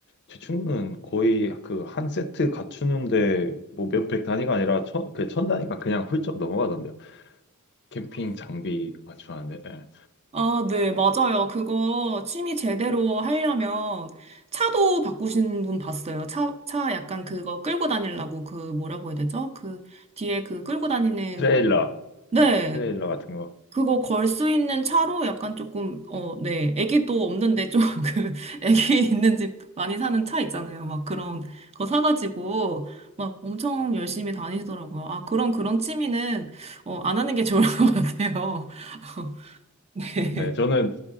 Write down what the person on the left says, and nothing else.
제 친구는 거의 그 한 세트 갖추는데 뭐 몇백 단위가 아니라 천, 그 천 단위가 그냥 훌쩍 넘어가던데요. 캠핑 장비 맞추는데, 예.
트레일러,
트레일러 같은 거.
네, 저는